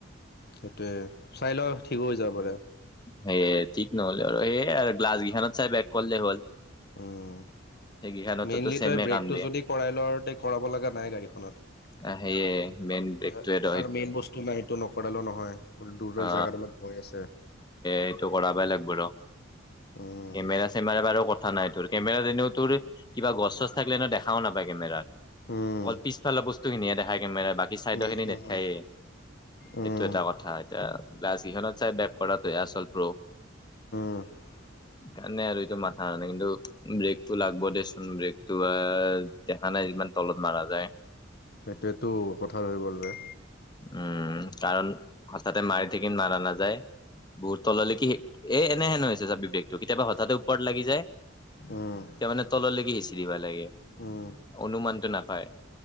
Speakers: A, on the left; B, on the left.
A: সেইটোয়ে চাই লও ঠিকো হৈ যাব পাৰে।
B: সেয়ে ঠিক নহলে আৰু এই গ্লাছ কিখনত চাই বেক কৰিলে হ'ল।
A: উম
B: সেইকেইখনততো
A: মেইনলি
B: চেমে
A: তই ব্ৰেকটো
B: কাম দিয়ে
A: যদি কৰাই ল কৰাব লগা নাই গাড়ীখনত। তেতিয়া
B: সেয়ে মেইন ব্ৰেকটোৱে ৰ
A: তাৰ মেইন বস্তু নাই সেইটো নকৰালো নহয়। দূৰৰ
B: অ
A: জেগাত অলপ ভয় আছে
B: এইটো কৰা বেলেগ বাৰু
A: উম
B: কেমেৰা চেমেৰা বাৰু কথা নাই ধৰি কেমেৰাত এনেও তোৰ কিবা গছ চছ থাকিলে মানে দেখাও নাপায় কেমেৰাত
A: উম
B: অল পিছফালৰ বস্তুখিনিয়ে দেখা কেমেৰাত বাকী চাইদৰ
A: উম
B: খিনি নেথখায়েই
A: উম
B: নাই
A: উম
B: এইটো এটা কথা। এ গ্লাছ ইখনত চাই বেক কৰাটো হে আচল প্ৰ।
A: <unintelligible>
B: কাৰণে আৰু এইটো মাথা নাই কিন্তু ব্ৰেকটো লাগব দেচোন ব্ৰেকটো দেখা নাই ইমান তলত মাৰা যায়
A: সেইটোৱেতো হঠাৎ হৈ গ'ল বে।
B: উম কাৰণ হঠাতে মাৰি থাকি মাৰা নাযায়। বহুত তললৈকে এ এনে হেন হৈছে চাবি ব্ৰেকটো কেতিয়াবা হঠাতে ওপৰত লাগি যায়
A: উম
B: <unintelligible> মানে তললৈকে সিঁচি দিবা লাগে
A: উম
B: অনুমানটো নাপায়।